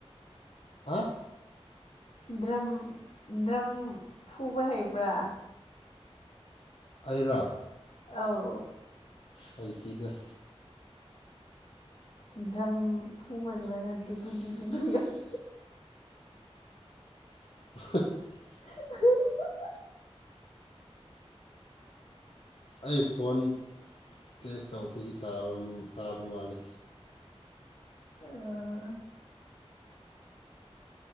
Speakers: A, on the left; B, on the left.
A: ꯍꯥ
B: ꯗ꯭ꯔꯝ ꯗ꯭ꯔꯝ ꯐꯨꯕ ꯍꯩꯕ꯭ꯔꯥ
A: ꯑꯩꯔꯥ
B: ꯑꯧ
A: ꯍꯩꯇꯦꯗ
B: ꯗ꯭ꯔꯝ ꯐꯨꯕ ꯑꯗꯨꯃꯥꯏꯅ ꯗꯨꯞ ꯗꯨꯞ ꯗꯨꯞ <inaudible>
A: <unintelligible>
B: <unintelligible>
A: ꯑꯩ ꯐꯣꯟ ꯇꯦꯖ ꯇꯧꯕꯒꯤ ꯇꯥꯕ ꯇꯥꯕ ꯃꯥꯂꯦ
B: ꯑꯥ